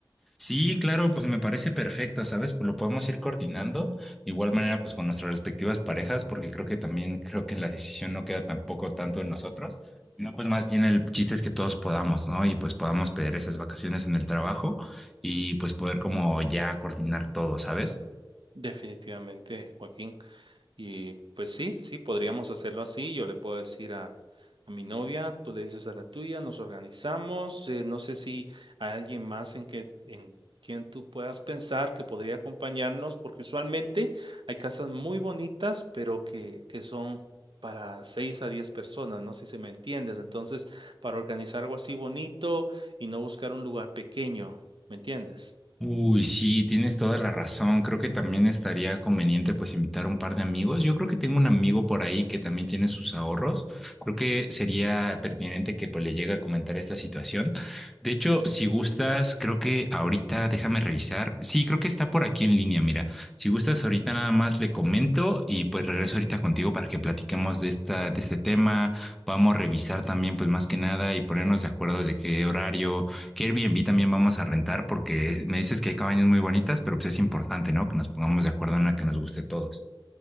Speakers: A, in the centre; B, on the right (about 70°).
A: Sí, claro, pues me parece perfecto, ¿sabes? Pues lo podemos ir coordinando, de igual manera, pues con nuestras respectivas parejas, porque creo que también creo que la decisión no queda tampoco tanto en nosotros, no, pues más bien el chiste es que todos podamos, ¿no? Y pues podamos pedir esas vacaciones en el trabajo y pues poder como ya coordinar todo, ¿sabes?
B: Definitivamente, Joaquín. Y pues sí, sí, podríamos hacerlo así. Yo le puedo decir a, a mi novia, tú le dices a la tuya, nos organizamos. Eh, no sé si hay alguien más en que, en quien tú puedas pensar que podría acompañarnos, porque usualmente hay casas muy bonitas, pero que, que son para seis a diez personas, no sé si me entiendes. Entonces, para organizar algo así bonito y no buscar un lugar pequeño, ¿me entiendes?
A: Uy, sí, tienes toda la razón. Creo que también estaría conveniente pues invitar un par de amigos. Yo creo que tengo un amigo por ahí que también tiene sus ahorros. Creo que sería pertinente que pues le llegue a comentar esta situación. De hecho, si gustas, creo que ahorita déjame revisar. Sí, creo que está por aquí en línea. Mira, si gustas ahorita nada más le comento y pues regreso ahorita contigo para que platiquemos de esta, de este tema. Vamos a revisar también pues más que nada y ponernos de acuerdo de qué horario ¿Qué Airbnb también vamos a rentar? Porque me dices que hay cabañas muy bonitas, pero pues es importante, ¿no? Que nos pongamos de acuerdo en una que nos guste a todos.